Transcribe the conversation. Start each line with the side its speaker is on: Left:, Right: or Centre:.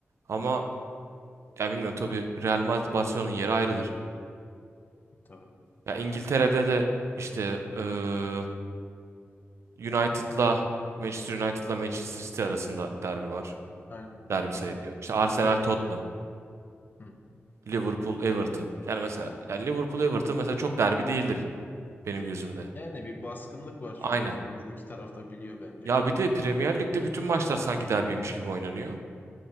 Right: Ama
Left: Hı,
Right: ya bilmiyorum tabii Real Madrid Barcelona'nın yeri ayrıdır.
Left: tabii.
Right: Ya İngiltere'de de işte eee, United'la Manchester United'la Manchester City arasında derbi var.
Left: Aynen.
Right: Derbi
Left: Aynen.
Right: sayılıyor. İşte Arsenal Tottenham,
Left: Hı.
Right: Liverpool Everton. Yani mesela yani Liverpool Everton mesela çok derbi değildir benim gözümde.
Left: Yani bir baskınlık var
Right: Aynen.
Left: çünkü sonucu iki taraf da biliyor bence.
Right: Ya bir de Premier Lig'de bütün maçlar sanki derbiymiş gibi oynanıyor.